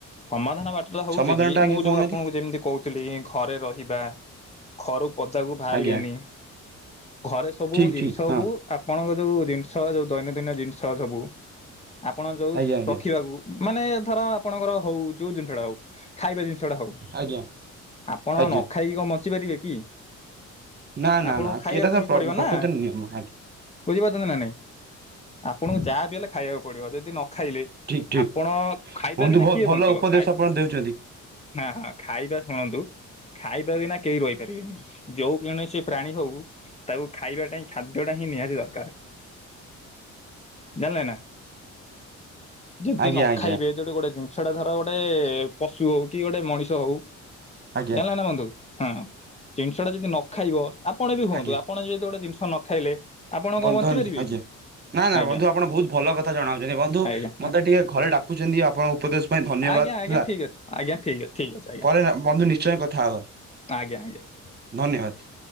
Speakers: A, on the left (about 20°); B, on the right (about 35°).
A: ସମାଧାନ ବାଟଟା ହଉଚି
B: ସମାଧାନ
A: କି
B: ଟା ଆଜ୍ଞା
A: ମୁଁ ଯୋଉ
B: କହୁନାହାନ୍ତି
A: ଆପଣଙ୍କୁ ଯେମିତି କହୁଥିଲି ଇଁ ଘରେ ରହିବା ଖରୁ ପଦାକୁ ଭାଆରିବାନି
B: ଆଜ୍ଞା
A: ଘରେ ସବୁ
B: ଠିକ
A: ଜିନିଷ
B: ଠିକ ହଁ
A: କୁ ଆପଣଙ୍କ ଯୋଉ ଜିନିଷ ଯୋଉ ଦୈନନ୍ଦିନ ଜିନିଷ ସବୁ ଆପଣ ଯୋଉସ୍
B: ଆଜ୍ଞା ଆଜ୍ଞା
A: ରଖିବାକୁ ମାନେ ଧର ଆପଣଙ୍କର ହଉ ଯୋଉ ଜିନିଷଟା ହଉ ଖାଇବା ଜିନିଷଟା ହଉ
B: ଆଜ୍ଞା
A: ଆପଣ ନ
B: ଆଜ୍ଞା
A: ଖାଇକି କଁ ବଞ୍ଚି ପାରିବେ କି?
B: ନା ନା
A: ଆପଣଙ୍କ
B: ନା
A: ଖାଇବାକୁ
B: ଏଟା ତ
A: ହିଁ ପଡ଼ିବ
B: ପ୍ରକୃତିର
A: ନା?
B: ନିୟମ ଆଜ୍ଞା
A: ବୁଝିପାରୁଚନ୍ତି ନା ନାଇଁ ଆପଣଙ୍କୁ ଯାହା ବିି ହେଲେ ଖାଇବାକୁ ପଡ଼ିବ ଯେଦି ନ ଖାଇଲେ
B: ଠିକ ଠିକ
A: ଆପଣ ଖାଇବା
B: ବନ୍ଧୁ
A: ବିନା କିଏ
B: ଭଲ
A: ବଞ୍ଚିବ
B: ଉପଦେଶ
A: ଖାଇ
B: ଆପଣ ଦେଉଛନ୍ତି
A: ନା ହା ଖାଇବା ଶୁଣନ୍ତୁ ଖାଇବା ବିନା କେହି ରହିପାରିବେନି ଯେଉ କୌଣସି ପ୍ରାଣୀ ହଉ ତାକୁ ଖାଇବାଟା ହିଁ ଖାଦ୍ୟ ଟା ହିଁ ନିହାତି ଦରକାର୍। ଜାଣିଲେ ନା ଯେମତି
B: ଆଜ୍ଞା
A: ନଖାଇବେ
B: ଆଜ୍ଞା
A: ଯୋଉଠି ଗୋଟେ ଜିନିଷ ଟା ଧର ଗୋଟେ ପଶୁ ହଉ କି ଗୋଟେ ମଣିଷ ହଉ
B: ଆଜ୍ଞା
A: ଜାଣଲା ନା ବନ୍ଧୁ ହଁ ଜିନିଷ ଟା ଯେଦି ନ ଖାଇବ ଆପଣ ବି ହୁଅନ୍ତୁ
B: ଆଜ୍ଞା
A: ଆପଣ ଯେଦି ଗୋଟେ ଜିନଷ ନ ଖାଇଲେ ଆପଣ
B: ବନ୍ଧୁ
A: କଣ ବଞ୍ଚିପାରିବେ
B: ଆଜ୍ଞ୍ ଆଜ୍ଞା
A: କି?
B: ନା ନା
A: ଆଜ୍ଞା
B: ବନ୍ଧୁ ଆପଣ ଭୋଉତ୍ ଭଲ କଥା ଜଣାଉଚନ୍ତି ବନ୍ଧୁ
A: ଆଜ୍ଞା
B: ମତେ ଟିକେ ଘରେ ଡାକ୍ କୁଚନ୍ତି ଆପଣ ଉପଦେଶ ପାଇଁ ଧନ୍ୟବାଦ
A: ଆଜ୍ଞା ଆଜ୍ଞା
B: ହେଲା
A: ଠିକ୍ ଅଛି ଆଜ୍ଞା ଠିକ୍ ଅଛି ଠିକ୍ ଅଛି ଆଜ୍ଞା
B: ପରେ ନା ବନ୍ଧୁ ନିଶ୍ଚୟ କଥା ହବା।
A: ଆଜ୍ଞା ଆଜ୍ଞା।
B: ଧନ୍ୟବାଦ୍।